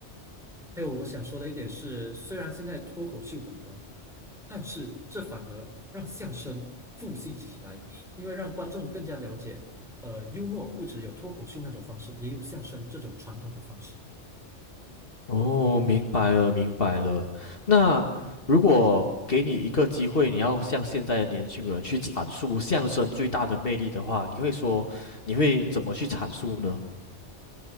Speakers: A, in the centre; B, on the left.
A: 还有我想说的一点是，虽然现在脱口秀很红，但是这反而让相声复兴起来，因为让观众更加了解，呃，幽默不只有脱口秀那种方式，也有相声这种传统的方式。
B: 哦，明白了，明白了。那如果给你一个机会，你要向现在的年轻人去阐述相声最大的魅力的话，你会说，你会怎么去阐述呢？